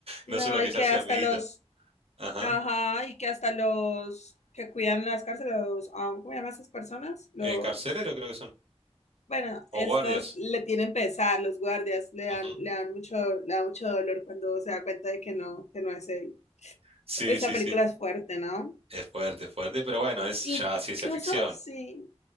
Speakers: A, on the left (about 85°); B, on the right (about 60°).
A: No,
B: No solo que
A: y
B: se
A: que
B: hace
A: hasta
B: amiguita.
A: los,
B: Ajá.
A: ajá, y que hasta los que cuidan las cárceles, los, ah, ¿cómo llaman esas personas? Los,
B: Eh, carcelero creo que son.
A: bueno,
B: O
A: estos
B: guardias.
A: le tienen pesar, los guardias le dan,
B: Ujú.
A: le dan mucho, le da mucho dolor cuando se da cuenta de que no, que no es él.
B: Sí,
A: Uy, esa
B: sí,
A: película
B: sí.
A: es fuerte, ¿no?
B: Es fuerte, es fuerte, pero bueno, es
A: Incluso
B: ya ciencia ficción.
A: sí,